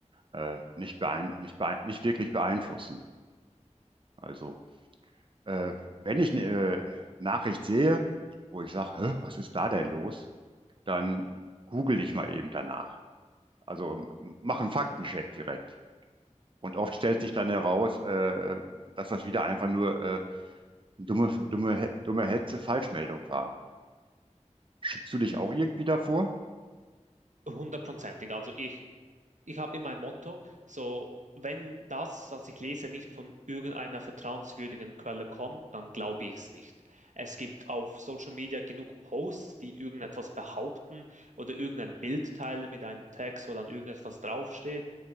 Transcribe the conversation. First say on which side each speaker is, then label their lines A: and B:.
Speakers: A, on the right; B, on the right.
A: äh, nicht beein nicht beein nicht wirklich beeinflussen. Also äh, wenn ich eine äh, Nachricht sehe, wo ich sage, was ist da denn los, dann google ich mal eben danach. Also mach einen Faktencheck direkt. Und oft stellt sich dann heraus, äh, dass das wieder einfach nur äh, dumme, dumme, dumme Hetze, Falschmeldung war. Schützt du dich auch irgendwie davor?
B: Hundertprozentig. Also ich ich habe immer ein Motto, so wenn das, was ich lese, nicht von irgendeiner vertrauenswürdigen Quelle kommt, dann glaube ich es nicht. Es gibt auf Social Media genug Posts, die irgendetwas behaupten oder irgendein Bild teilen mit einem Text, wo dann irgendetwas draufsteht.